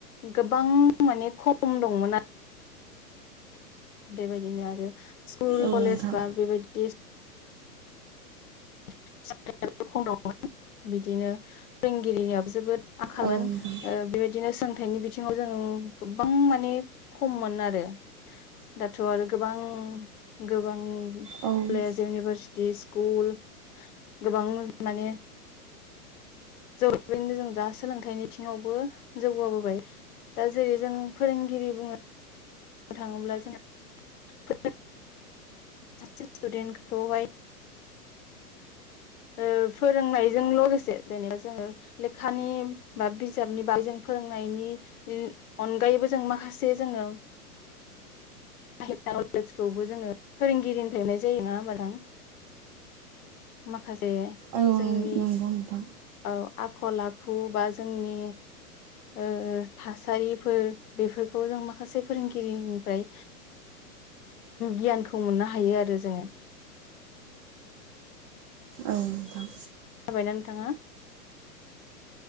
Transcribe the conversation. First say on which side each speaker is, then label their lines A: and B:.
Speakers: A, on the left; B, on the right.
A: गोबां माने खम दंमोन आरो बेबायदिनो आरो स्कुल
B: औ
A: कलेज
B: नोंथां
A: बा बेबायदि बेे <unintelligible> खम दंमोन बिदिनो फोरोंगिरिनियाबो जोबोद आंखालमोन
B: औ नोंथां
A: बेबायदिनो सों हाथाइनि बिथिङाव जों गोबां माने खममोन आरो दाथ आरो गोबां गोबां
B: औ
A: कलेज इउनिभारसिटि दि स्कुल गोबां माने जौबायनो जों दा सोलोंथाइनि बिथिङावबो जौगाबोबाय दा जेरै जों फोरोंगिरि बुङो बुंनो थाङोब्ला जोंफोर सासे स्टुडेन्टखौहाय ओ फोरोंनायजों लोगोसे जेनेबा जोङो लेखानि बा बिजाबनि बागै जों फोरोंनायनि अनगायैबो जों माखासे जोङो नलेजखौबो जोङो फोरोंगिरिनिफ्रायनो मोननाय जायो नङा होमबा नोंथां मा माखासे
B: औ
A: जोंनि
B: नंगौ नोंथां
A: औ आखल आखु बा जोंनि ओ थासारिफोर बेफोरखौ जों माखासे फोरोंगिरिनिफ्राय गियानखौ मोननो हायो आरो जोङो
B: औ नोंथां
A: जाबायना नोंथाङा